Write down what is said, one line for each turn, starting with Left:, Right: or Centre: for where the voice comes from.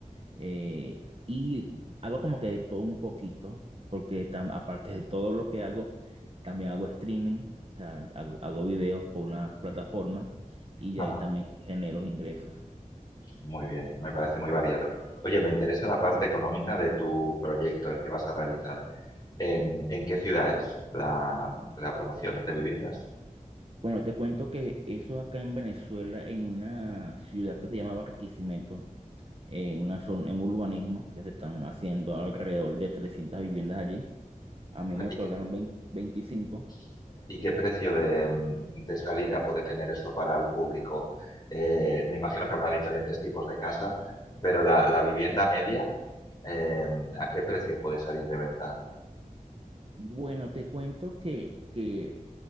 Right: eh, y hago como que de todo un poquito, porque tam- aparte de todo lo que hago, también hago streaming. O sea, hago, hago videos por una plataforma y
Left: Ajá,
Right: de ahí también genero ingresos.
Left: muy bien, me parece muy variado. Oye, me interesa la parte económica de tu proyecto, el que vas a realizar. Em, ¿en qué ciudad es la, la promoción de viviendas?
Right: Bueno, te cuento que eso acá en Venezuela, en una ciudad que se llama Barquisimeto, en una zona, en un urbanismo que se están haciendo alrededor de 300 viviendas allí. A mí
Left: Vale,
Right: me otorgaron
Left: ¿Y qué,
Right: veinte veinticinco
Left: y- y qué precio de, mm, de salida puede tener eso para el público? Eh, me imagino que habrá diferentes tipos de casa, pero la, la vivienda media, em, ¿a qué precio puede salir de venta?
Right: Bueno, te cuento que, que